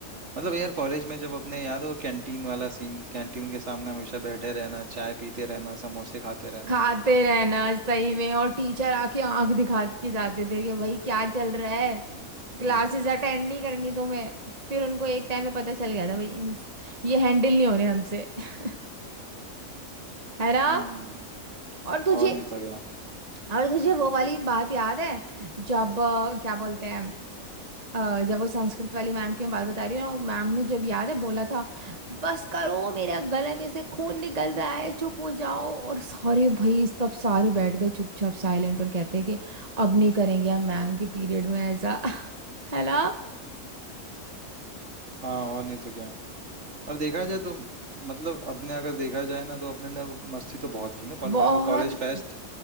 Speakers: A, on the right; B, on the right.
A: मतलब यार कॉलेज में जब अपने याद हो कैंटीन वाला सीन कैंटीन के सामने हमेशा बैठे रहना चाय पीते रहना समोसे खाते रहना
B: खाते रहना सही में और टीचर आके आंख दिखा के जाते थे कि भाई क्या चल रहा है
A: हम्म
B: क्लासेस अटेंड नहीं करनी तुम्हें फिर उनको एक टाइम पे पता चल गया था भाई इन- ये हैंडल नहीं होने हमसे <laughs> है ना
A: हम्म
B: और तुझे
A: और नहीं तो क्या
B: और तुझे वो वाली बात याद है जब अ, क्या बोलते हैं अ, जब वो संस्कृत वाली मैम की मैं बात बता रही हूँ मैम ने जब याद है बोला था बस करो मेरा गले में से खून निकल रहा है चुप हो जाओ और सारे भाई सब सारे बैठ गए चुपचाप साइलेंट और कहते हैं कि अब नहीं करेंगे हम मैम के पीरियड में ऐसा <laughs> है ना
A: हाँ और नहीं तो क्या और देखा जाए तो मतलब अपने अगर देखा जाए ना तो अपने ने मस्ती तो बहुत की ना कॉलेज
B: बहुत
A: में वो कॉलेज फेस्ट
B: की-